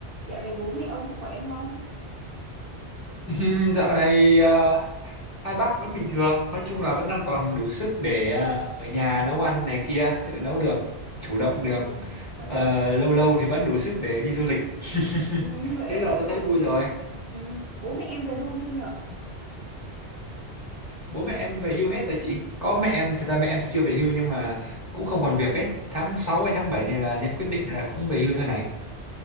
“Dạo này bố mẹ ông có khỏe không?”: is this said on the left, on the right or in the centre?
Right